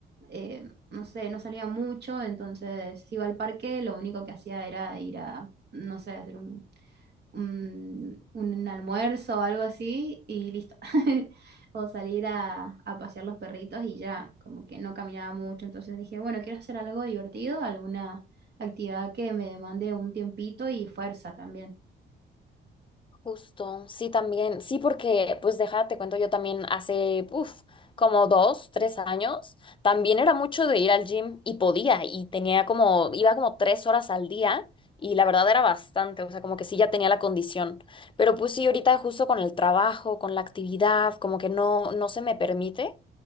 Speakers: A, on the right; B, on the left.
A: eh, no sé, no salía mucho, entonces iba al parque, lo único que hacía era ir a, no sé, hacer un un, un almuerzo o algo así y listo. <laughs> O salir a, a pasear los perritos y ya, como que no caminaba mucho, entonces dije, bueno, quiero hacer algo divertido, alguna actividad que me demande un tiempito y fuerza también.
B: Justo, sí, también, sí, porque, pues déjate, te cuento, yo también hace, uff, como dos, tres años, también era mucho de ir al gym y podía, y tenía como, iba como tres horas al día, y la verdad era bastante, o sea, como que sí ya tenía la condición, pero pues sí, ahorita justo con el trabajo, con la actividad, como que no, no se me permite,